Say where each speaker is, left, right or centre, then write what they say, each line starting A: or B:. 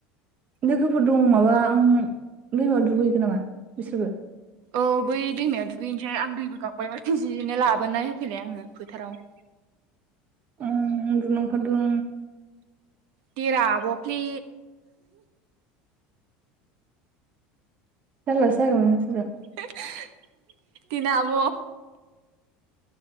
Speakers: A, on the right; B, on the right.
A: लोगोफोर दं माबा उम दैमायाव दुगैगोन नामा बिसोरबो।
B: औ बै दैमायाव दुगैनोसै आं दैबो गाबायमोन बिजिनो लाबोना होफैलाय आंङो फोथाराव।
A: उम उनदुनो ओंखारदों।
B: दिरा आबफ्लि।
A: जारलासो जागोबोन नोंसोरजों।
B: <unintelligible> दिना आब